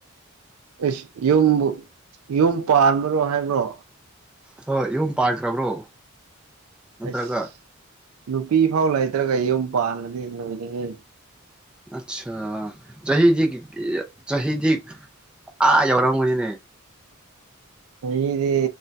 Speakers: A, on the right (about 80°); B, in the centre.
A: ꯑꯦꯁ ꯌꯨꯝꯕꯨ ꯌꯨꯝ ꯄꯥꯟꯕ꯭ꯔꯣ ꯍꯥꯏꯕ꯭ꯔꯣ
B: ꯍꯣꯏ ꯌꯨꯝ ꯄꯥꯟꯈ꯭ꯔꯕ꯭ꯔꯣ ꯅꯠꯇ꯭ꯔꯒ
A: ꯑꯁ ꯅꯨꯄꯤ ꯐꯥꯎ ꯂꯩꯇ꯭ꯔꯒ ꯌꯨꯝ ꯄꯥꯜꯂꯗꯤ ꯂꯣꯏꯔꯦꯍꯦ
B: ꯑꯠꯁꯥ ꯆꯍꯤꯗꯤ ꯆꯍꯤꯗꯤ ꯑꯥ ꯌꯧꯔꯝꯒꯅꯤꯅꯦ
A: ꯆꯍꯤꯗꯤ